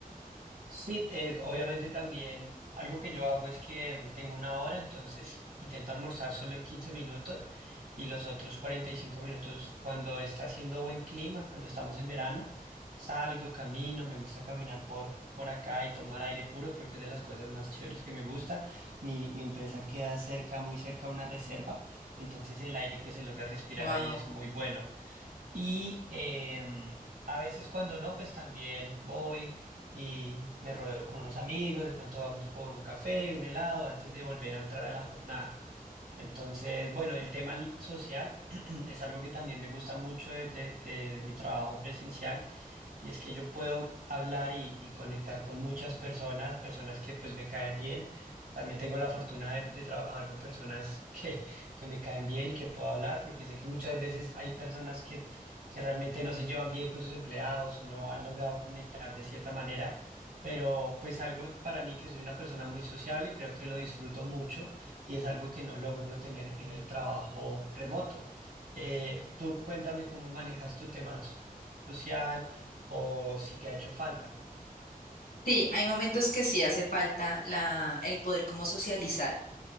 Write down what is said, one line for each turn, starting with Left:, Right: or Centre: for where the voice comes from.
Right: Sí, eh, obviamente también algo que yo hago es que mm, tengo una hora, entonces intento almorzar solo en 15 minutos y los otros cuarenta y cinco minutos cuando está haciendo buen clima, cuando estamos en verano, salgo, camino, me gusta caminar por, por acá y tomar aire puro, creo que es de las cosas más chéveres que me gusta. Mi, mi empresa queda cerca, muy cerca a una reserva, entonces el aire que se logra respirar
Left: Wow.
Right: ahí es muy bueno. Y em, a veces cuando no, pues también voy y me rodeo con unos amigos, de pronto vamos por un café, un helado, antes de volver a entrar a la jornada. Entonces, bueno, el tema l- social <clears throat> es algo que también me gusta mucho de, de- de mi trabajo presencial y es que yo puedo hablar y, y conectar con muchas personas, personas que pues me caen bien. También tengo la fortuna de, de trabajar con personas <laughs> que, que me caen bien y que puedo hablar, porque sé que muchas veces hay personas que, que realmente no se llevan bien con sus empleados o no han logrado conectar de cierta manera, pero pues algo para mí que soy una persona muy sociable, creo que lo disfruto mucho y es algo que no logro tener en el trabajo remoto. Eh, tú cuéntame cómo manejas tu tema so-, social o si te ha hecho falta.
Left: Sí, hay momentos que sí hace falta la, el poder como socializar.